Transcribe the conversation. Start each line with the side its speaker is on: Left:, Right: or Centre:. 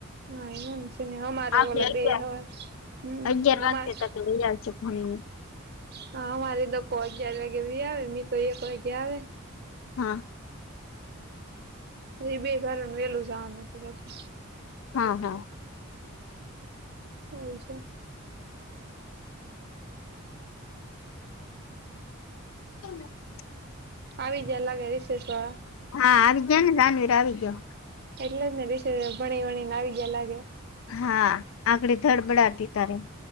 Right: <unintelligible> હા એમ જ ને <unintelligible> અમારે
Left: આપડે
Right: ઓ
Left: અગિયાર
Right: બે હોય હમ <unintelligible>
Left: અગિયાર
Right: હમાર.
Left: વાગે તક વૈયા છે ભણીને
Right: હા અમારે ડકો અગીયાર વાગે વાઈઆવે મી તો એક વાગ્યા આવે.
Left: હાઆ
Right: એ બે ભારા ને વેલું જવાનું હતું પાસુ.
Left: હા હા
Right: એવું છે
Left: <inaudible> <inaudible>
Right: આવીગયા લાગે છે રીસેસવાળા.
Left: હા આવી ગયા ને જાનવીર આવી ગયો.
Right: એટલે જ ને દીસે ભણી વણી ને આવી ગયા લાગે.
Left: હા આકડી ધડબડાતી તારે.